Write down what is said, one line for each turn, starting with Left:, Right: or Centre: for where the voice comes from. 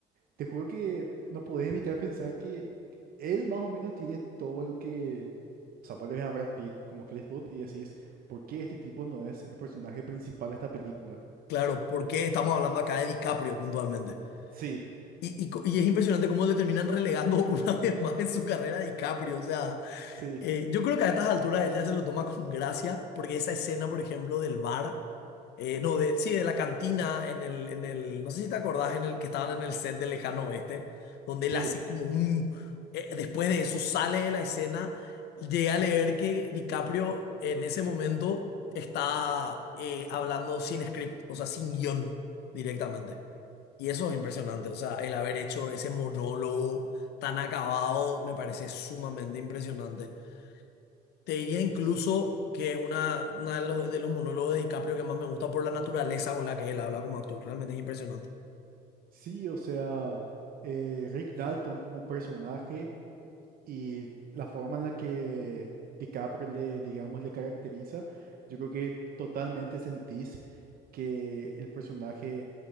Right: Te juro que no podés evitar pensar que él más o menos tiene todo lo que... O sea, vos le ves a Brad Pitt como Cliff Booth y decís, ¿por qué este tipo no es el personaje principal de esta película?
Left: claro, porque estamos hablando acá de DiCaprio puntualmente.
Right: Sí,
Left: Y, y, co- y es impresionante cómo le terminan relegando <laughs> una vez más en su carrera a DiCaprio, o sea,
Right: sí,
Left: Eh, yo creo que a estas alturas él ya se lo toma con gracia, porque esa escena, por ejemplo, del bar, eh, no, de, sí, de la cantina, en el, en el, no sé si te acordás, en el que estaban en el set de Lejano Oeste, donde
Right: sí,
Left: él hace como un, eh, después de eso sale de la escena, llega a leer que DiCaprio en ese momento está eh, hablando sin script, o sea, sin guión directamente. Y eso es impresionante, o sea, el haber hecho ese monólogo tan acabado me parece sumamente impresionante. Te diría incluso
Right: sí,
Left: que es una, una de los, de los monólogos de DiCaprio que más me gusta por la naturaleza con la que él habla como actor. Realmente es impresionante.
Right: sí, o sea, eh, Rick Dalton como personaje. y la forma en la que DiCaprio le, digamos, le caracteriza, yo creo que totalmente sentís que el personaje